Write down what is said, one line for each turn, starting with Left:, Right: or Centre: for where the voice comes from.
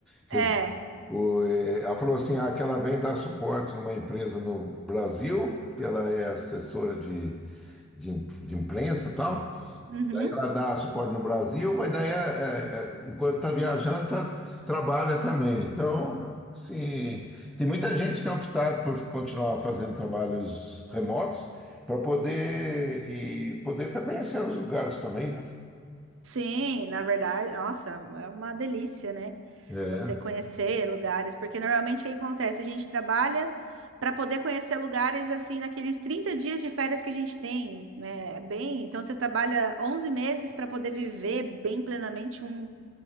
Centre: Quer
Right: É.
Centre: dizer, o, eh, ela falou assim, ah, que ela vem dar suporte numa empresa no Brasil, que ela é assessora de, de, im- de imprensa e tal,
Right: uhum.
Centre: ela dá suporte no Brasil, mas daí, é, é, é, enquanto está viajando, tá- trabalha também. Então, assim, tem muita gente que tem optado por continuar fazendo trabalhos remotos para poder e poder estar conhecendo os lugares também, né?
Right: Sim, na verdade, nossa, é uma delícia, né?
Centre: É,
Right: Você conhecer lugares, porque normalmente o que acontece? A gente trabalha para poder conhecer lugares assim naqueles 30 dias de férias que a gente tem, né? É bem, então você trabalha 11 meses para poder viver bem plenamente um,